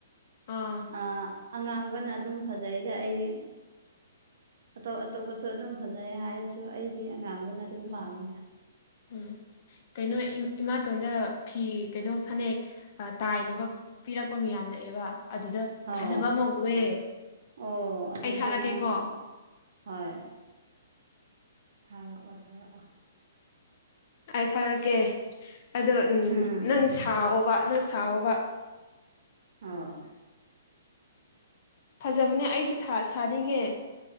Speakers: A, on the left; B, on the right.
A: ꯑꯥ
B: ꯑ ꯑꯉꯥꯡꯕꯅ ꯑꯗꯨꯝ ꯐꯖꯩꯗ ꯑꯩꯗꯤ ꯑꯇꯣꯞ ꯑꯇꯣꯞꯄꯁꯨ ꯑꯗꯨꯝ ꯐꯖꯩ ꯍꯥꯏꯔꯁꯨ ꯑꯩꯗꯤ ꯑꯉꯥꯡꯕꯅ ꯑꯗꯨꯝ
A: ꯎꯝ
B: ꯄꯥꯝꯃꯤꯗ
A: ꯎꯝ ꯀꯩꯅꯣ ꯏꯃꯥꯇꯣꯟꯗ ꯐꯤ ꯀꯩꯅꯣ ꯐꯅꯦꯛ ꯇꯥꯏꯅꯕ ꯄꯤꯔꯛꯄ ꯃꯤꯌꯥꯝ ꯅꯛꯑꯦꯕ ꯑꯗꯨꯗ
B: ꯑꯣ
A: ꯐꯖꯕ ꯑꯃ ꯎꯑꯦ
B: ꯑꯣ ꯑꯗꯨꯗꯤ
A: ꯑꯩ ꯊꯥꯔꯛꯀꯦꯀꯣ
B: ꯅꯪ ꯍꯣꯏ ꯊꯥꯔꯛꯑꯣ ꯊꯥꯔꯛꯑꯣ
A: ꯑꯩ ꯊꯥꯔꯛꯀꯦ ꯑꯗꯣ
B: ꯎꯝ
A: ꯅꯪ ꯁꯥꯎꯑꯣꯕ ꯅꯪ ꯁꯥꯎꯑꯣꯕ
B: ꯑꯣ
A: ꯐꯖꯕꯅꯦ ꯑꯩꯁꯨ ꯁꯥꯅꯤꯡꯉꯦ